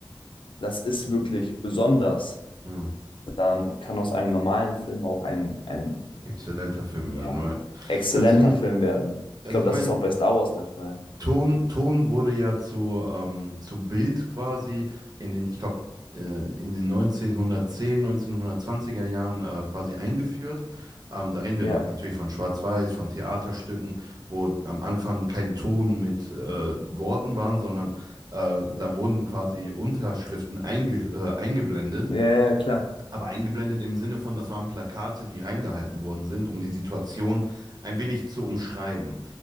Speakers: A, on the left; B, on the right.
A: das ist wirklich besonders,
B: ja.
A: dann kann aus einem normalen Film auch ein, ein
B: Exzellenter Film werden,
A: ja,
B: weil.
A: exzellenter
B: Also ich,
A: Film werden. Ich
B: also
A: glaube,
B: ich
A: das
B: meine,
A: ist auch bei Star Wars der Fall.
B: Ton, Ton wurde ja zu, ähm, zu Bild quasi in den, ich glaube, äh, in den 1910, 1920er Jahren äh, quasi eingeführt. Ähm, da reden
A: Ja,
B: wir noch natürlich von Schwarz-Weiß, von Theaterstücken, wo am Anfang kein Ton mit äh, Worten waren, sondern äh, da wurden quasi Unterschriften einge, äh, eingeblendet
A: ja, ja, klar.
B: aber eingeblendet im Sinne von, das waren Plakate, die reingehalten worden sind, um die Situation ein wenig zu umschreiben.